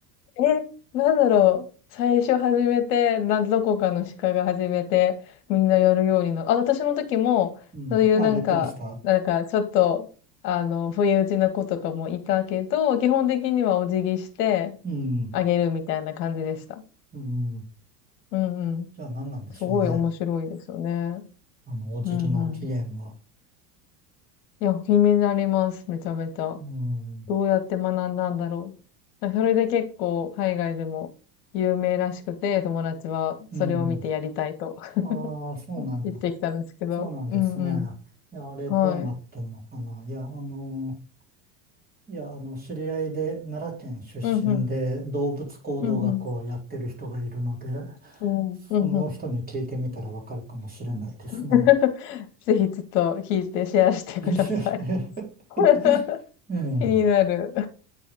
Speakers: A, on the left (about 80°); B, on the right (about 15°).
A: え、なんだろう。最初始めて、な、どこかの鹿が始めて、みんなやるようになあ、私の時も、
B: <laughs> うん。
A: そういうなんか、
B: あ、やってました。
A: なんかちょっと、あの、不意打ちな子とかもいたけど、基本的にはお辞儀して
B: うん。
A: あげるみたいな感じでした。
B: うん。
A: うんうん。
B: じゃあ何なんでしょうね。
A: すごい面白いですよね。
B: あの、お辞儀の起源は。
A: うんうん。いや、気になります。めちゃめちゃ。
B: うん。
A: どうやって学んだんだろう。だからそれで結構海外でも有名らしくて、友達はそれを見てやりたいと
B: うん。
A: <laughs>
B: ああ、そうなんだ。
A: 言ってきたんですけど。
B: そうなんですね。
A: うんうん。
B: いや、あれどうなってんのかな。
A: はい。
B: いや、あの、いや、あの、知り合いで奈良県出身で動物行動学をやってる人がいるので、
A: うんうん。うんうん。おーうんうん。
B: その人に聞いてみたらわかるかもしれないですね。
A: <laughs> ぜひちょっと聞いてシェアしてください。
B: <laughs>
A: <laughs>
B: うん。
A: 気になる。